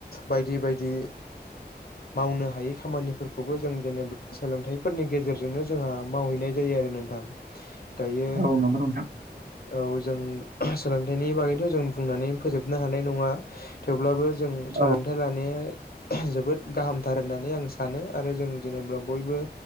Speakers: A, on the left (about 65°); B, on the right (about 60°).
A: बायदि बायदि मावनो हायै खामानिफोरखौबो जों जेन'बा सोलोंथाइफोरनि गेजेरजोंनो जोंहा मावहैनाय जायो आरो नोंथां। दायो
B: औ नंगौ नोंथां
A: औ जों सोलोंथाइनि बागैथ' जों बुंनानै फोजोबनो हा नाय नङा थेवब्लाबो जों सो
B: औ
A: खन्थाइ लानाया जोबोद गाहामथार होननानै आं सानो आरो जों जेनेबा बयबो